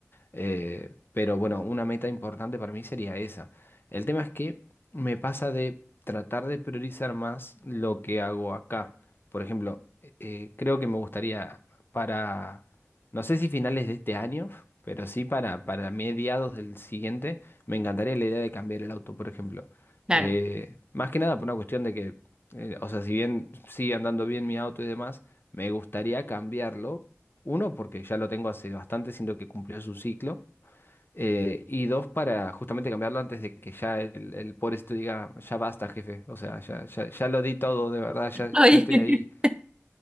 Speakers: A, on the left; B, on the right.
A: Eh, pero bueno, una meta importante para mí sería esa. El tema es que me pasa de tratar de priorizar más lo que hago acá. Por ejemplo, eh, creo que me gustaría para, no sé si finales de este año, pero sí para, para mediados del siguiente, me encantaría la idea de cambiar el auto, por ejemplo.
B: Claro.
A: Eh, más que nada por una cuestión de que, eh, o sea, si bien sigue andando bien mi auto y demás, me gustaría cambiarlo. Uno, porque ya lo tengo hace bastante, siento que cumplió su ciclo. eh, y dos, para justamente cambiarlo antes de que ya el, el pobrecito diga, ya basta, jefe. O sea, ya, ya, ya lo di todo, de verdad, ya,
B: Oye,
A: ya estoy ahí.
B: <laughs>